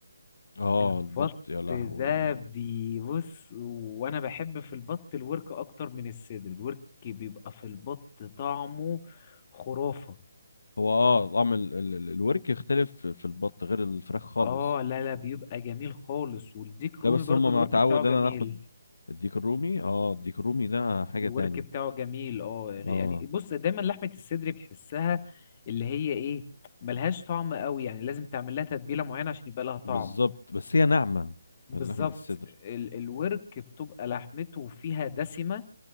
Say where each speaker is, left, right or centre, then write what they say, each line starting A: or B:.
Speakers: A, on the left; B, on the left.
A: اه
B: البط
A: البط يا لهوي
B: ده بيبص وانا بحب في البط الورك اكتر من الصدر الورك بيبقى في البط طعمه خرافة
A: هو اه طعم ال- ال- ال- الورك يختلف في في البط غير الفراخ خالص
B: اه لا لا بيبقى جميل خالص والديك رومي
A: لا بس
B: برضو
A: هما
B: الورك
A: ما تعود
B: بتاعه جميل
A: انا ناخد الديك الرومي اه الديك الرومي ده حاجة
B: الورك
A: تاني
B: بتاعه جميل اه غ-
A: اه
B: يعني بص دايما لحمة الصدر بتحسها اللي هي ايه ملهاش طعم قوي يعني لازم تعمل لها تتبيله معينه عشان يبقى لها طعم
A: بالظبط بس هي ناعمة
B: بالظبط
A: لحمة الصدر
B: ال الورك بتبقى لحمته فيها دسمة